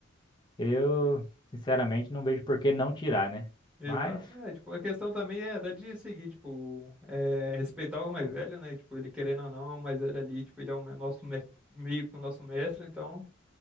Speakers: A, on the left; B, in the centre.
A: Eu, sinceramente, não vejo por que não tirar, né?
B: Exato.
A: Mas,
B: É, tipo, a questão também é até de seguir, tipo, é, respeitar o mais velho, né? Tipo, ele querendo ou não, o mais velho ali, tipo, ele é o me- nosso me- meio que o nosso mestre, então,